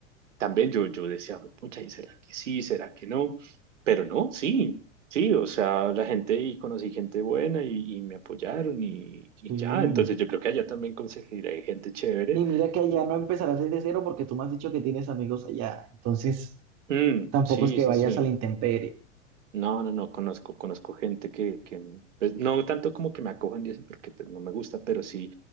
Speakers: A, on the right (about 75°); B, on the right (about 45°).
A: también yo, yo decía, pucha, ¿y será que sí? ¿Será que no? Pero no, sí, sí, o sea, la gente y conocí gente buena y, y me apoyaron y, y
B: Sí.
A: ya, entonces yo creo que allá también conseguiré gente chévere.
B: Y mira que allá no empezarás desde cero porque tú me has dicho que tienes amigos allá. Entonces,
A: Mm,
B: tampoco
A: sí,
B: es que
A: sí,
B: vayas
A: sí.
B: a la intemperie.
A: No, no, no, conozco, conozco gente que, que pues, no tanto como que me acojan y eso porque pues no me gusta, pero sí,